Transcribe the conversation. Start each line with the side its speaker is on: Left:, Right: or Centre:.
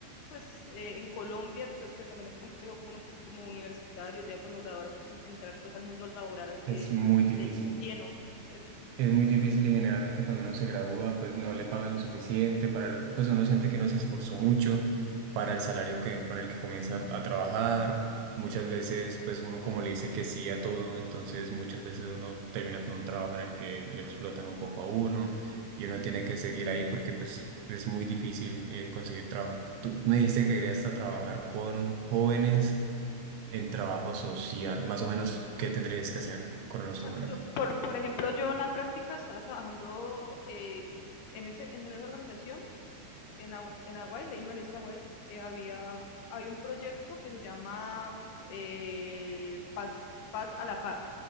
Left: pues eh, en Colombia, entonces que también es complejo uno pues como universitario, ya cuando grabar, entrar pues al mundo laboral así
Right: es
Left: de,
Right: muy difícil.
Left: de lleno, ¿cierto?
Right: Es muy difícil y generalmente cuando uno se gradúa, pues no le pagan lo suficiente para lo, pues uno siente que no se esforzó mucho para el salario que, con el que comienza a trabajar. Muchas veces, pues uno como le dice que sí a todo, entonces muchas veces uno termina con un trabajo en el que lo explotan un poco a uno y uno tiene que seguir ahí porque pues es muy difícil eh, conseguir trabajo. Tú me dijiste que querías hasta trabajar con jóvenes en trabajo social, más o menos, ¿qué tendrías que hacer con los
Left: O
Right: jóvenes?
Left: sea, por, lo, por, por, ejemplo, yo en la práctica estaba trabajando eh, en, ese, en esa organización en, en Aguay, le himno a Aguay, eh, había, hay un proyecto que se llama eh, Paz, Paz a la Paz.